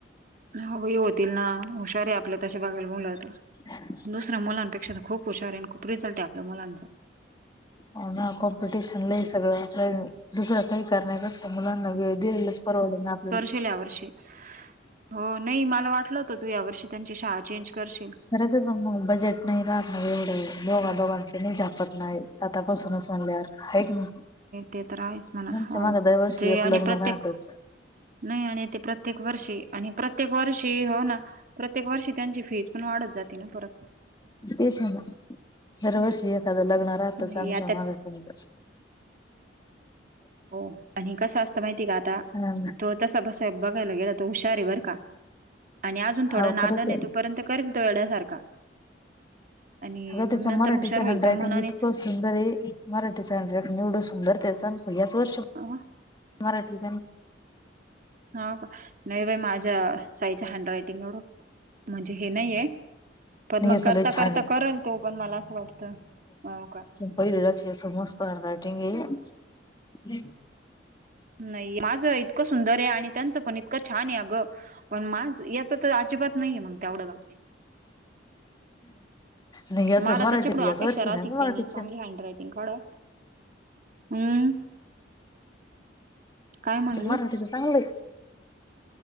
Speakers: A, on the right (about 45°); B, on the left (about 25°).
A: <unintelligible> होतील ना हुशार हाय आपल तशी बघायला मुलं तर
B: <unintelligible>
A: दुसऱ्या मुलापेक्षा तर खूप हुशार आणि खूप रिझल्ट आहे आपल्या मुलांचा.
B: होना कॉम्पिटिशन सगळं आपलं. दुसर काही करण्या कक्षा मुलांना वेळ दिलेलाच परवड नाही आपल्याला.
A: चू या वर्षी हो नाही मला वाटलं हो तू यावर्षी त्यांची शाळा चेंज करशील.
B: करायचा आहे मग बजेट नाही राहत मग एवढं दोघा दोघांचे नाही झापत. नाही आतापसूनच म्हल्यार आहे का नाही
A: ते तर आहेच म्हणा
B: आमच्या
A: हो
B: माग दरवर्षी
A: जे
B: एक
A: आणि
B: लग्न
A: प्रत्येक
B: राहत. बस.
A: नाही आणि ते प्रत्येक वर्षी आणि प्रत्य. प्रत्येक वर्षी हो ना प्रत्येक वर्षी त्यांची फीज पण वाढत जाती ना परत.
B: तेश आहे ना. दरवर्षी
A: नाही
B: एखादं लग्न राहतच
A: नाही
B: आमच्या
A: आता
B: मागास.
A: हो आणि कसं असतं माहितीय का आता
B: नाही
A: तो तसा बसा बघायला गेला तो हुशार आहे बर का. आणि अजून थोडं
B: हा
A: नादन
B: खरंच
A: आहे तोपर्यंत करेल तो येढ्यासारखा. आणि
B: अगं
A: मग
B: त्याचं
A: नंतर
B: मराठीचं
A: हुशार होईल
B: हँडरायटिंग
A: तो म्हनानेच.
B: इतकं सुंदर आहे मराठीच हॅन्ड रायटिंग एवढं सुंदर त्याच याच पहि्याच वर्ष.
A: हवा.
B: मराठी.
A: हव का नाही बाई माझ्या साईच हँड रायटिंग एवढ. म्हणजे हे नाहीय पण मग
B: याच
A: करता
B: लय छान
A: करता करेल तो पण मला असं वाटतं हो का.
B: पहिरला मस्त हॅन्ड रायटिंग हे.
A: नाही माझं इतकं सुंदर आहे आणि त्यांचं पण इतक छान आहे अगं. पण माझ याच तर अजिबात नाहीये मग तेवढ्या बाबतीत.
B: नाही याच
A: मला
B: मराठीत
A: त्याच्याकडून अपेक्षा
B: याच वर्षी
A: राहतील
B: ना गं मराठीच्या
A: त्यांनी चांगली हँड रायटिंग काढावं. हम्म. काय म्हणली
B: मराठीच चांगलंय.